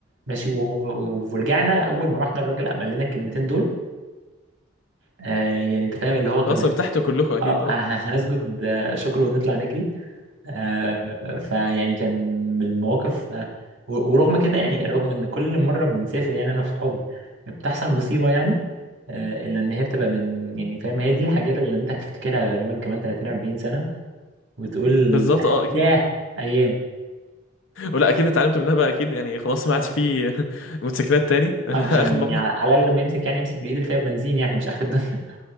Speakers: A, on the right (about 80°); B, on the left (about 85°).
A: ماشي وهو- ورجعنا اول ما رحنا الراجل قام قال لنا الكلمتين دول آه يعني انت فاهم اللي هو كنا
B: خلاص ارتحتوا كلكم اكيد
A: اه
B: اه
A: هنسجد
B: <laughs>
A: آه، شكر ونطلع نجري آه، فيعني كان من المواقف آه، و- ورغم كده يعني رغم ان كل مره بنسافر يعني انا وصحابي بتحصل مصيبه يعني آه، الا ان هي بتبقى من يعني فاهم هي دي الحاجات اللي انت هتفتكرها غالبا كمان 30 40 سنه وتقول
B: بالظبط اه اكيد
A: ياه ايام
B: ولا اكيد اتعلمتوا منها بقى اكيد يعني خلاص ما
A: اه
B: عادش في <laughs> موتوسيكلات تاني <laughs>
A: اه مش يعني
B: اخر مره
A: على على الاقل لما يمسك يعني يمسك بايد اللي فيها بنزين يعني مش اخر الدنيا